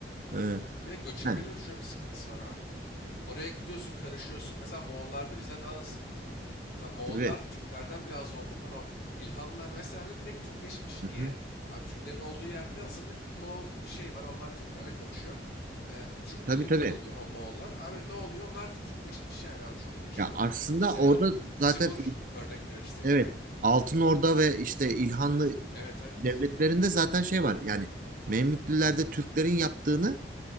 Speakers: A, on the right (about 50°); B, on the left (about 60°).
A: Ee,
B: Bir de göçebelerin
A: yani
B: şöyle bir sıkıntısı var abi. Oraya gidiyorsun karışıyorsun. Mesela Moğollarda bizden daha da sıkıntı var. Mesela Moğollar
A: tabii.
B: Türklerden bile az olduğundan o İlhanlar vesaire direkt Türkleşmiş.
A: Hı
B: Niye?
A: hı.
B: Abi Türklerin olduğu yerde azınlık bir Moğol şey var. Onlar Türklerle karışıyor. Ee, Türk
A: Tabii
B: dilini
A: tabii.
B: kullanıyor o Moğollar. Abi ne oluyor? Onlar da Türkleşmiş yani abi. Çok karışık
A: Ya
B: oluyor.
A: aslında
B: Mesela
A: orada zaten
B: Simur örnek verirsek.
A: evet
B: Aynen.
A: Altın Orda ve işte İlhanlı
B: Evet evet.
A: devletlerinde zaten şey var. Yani Memlüklülerde Türklerin yaptığını